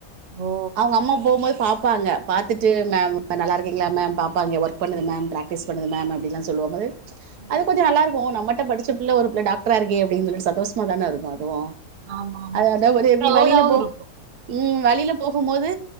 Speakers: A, on the right; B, on the right.
A: ஓ
B: அவுங்க அம்மா போவுபோது பாப்பாங்க பாத்துட்டு மேம் நல்லாருக்கீங்களா மேம் பாப்பாங்க ஒர்க் பண்ணுற மேம் மிஸ் பன்னுவ மேம் அப்டின்லாம் சொல்லுவாங்க
A: ம்.
B: அது கொஞ்சோ நல்லா இருக்கும் நம்மட்ட படிச்ச பிள்ள ஒரு பிள்ள டாக்டரா இருக்கே அப்டின் சொல்லிடு சந்தோஷமா தான இருக்கு அதுவும்
A: ஆமா ஆமா
B: அதா அது வந்து
A: ப்ரௌடாவும்
B: <unintelligible> வளியில போ
A: இருக்கும்
B: ம் வளியில போகும் போது